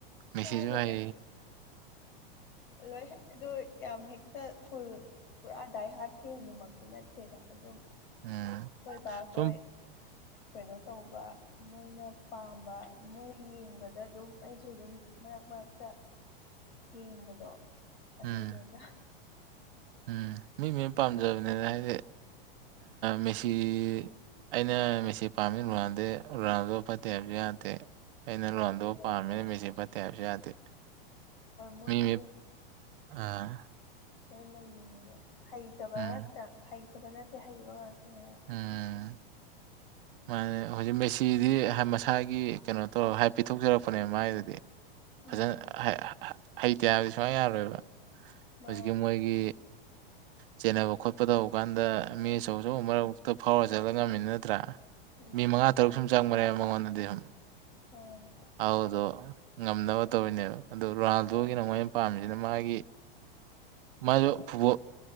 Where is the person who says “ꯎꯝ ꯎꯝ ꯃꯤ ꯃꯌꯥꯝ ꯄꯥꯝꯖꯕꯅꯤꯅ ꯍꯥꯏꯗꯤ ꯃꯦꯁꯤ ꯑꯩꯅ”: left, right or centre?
Right